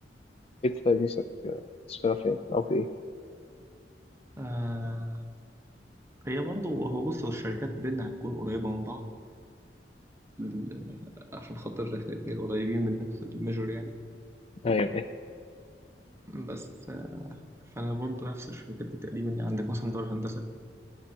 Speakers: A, on the left; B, on the right.
A: طيب نفسك تشتغل فين أو في إيه؟
B: آه هي برضو هو بص هو الشركات بينا هتكون قريبة من بعض ال- آه، عشان خاطر احنا اتنين قريبين من نفس الميجور يعني
A: أيوه أيوه
B: بس آه، فانا برضو نفس الشركات دي تقريبا يعني عندك مثلا دار الهندسة